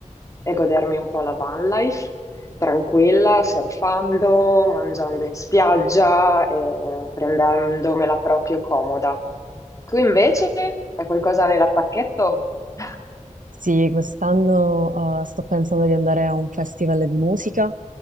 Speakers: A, on the left; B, on the right.
A: e godermi un po' la van life, tranquilla, surfando, mangiando in spiaggia e prendendomela proprio comoda. Tu invece? Hai qualcosa nella pacchetto? <laughs>
B: Sì, quest'anno eh, sto pensando di andare a un festival di musica,